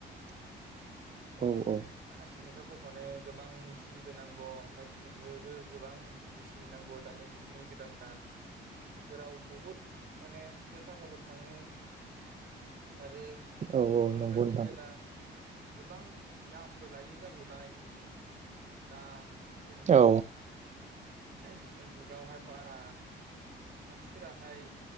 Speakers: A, on the right; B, on the right.
A: ओम
B: औ औ
A: हासिंनिफ्राय बख'नो गोबां मिसिनबो नांगौ ओमफ्राय खुरनोबो गोबां मेसिन नांगौ दानि जुगनि गोदान गो दान बेफोराव बुहुद माने फैसा थाखाबो थांङो आरो
B: औ
A: पेट्रल
B: औ नंगौ
A: बे
B: नोंथां
A: डिजेला गोबां बो लायो जाहैबाय दा जोंनि
B: औ
A: ओहो जुगावहाय बारा मानसिफोराहाय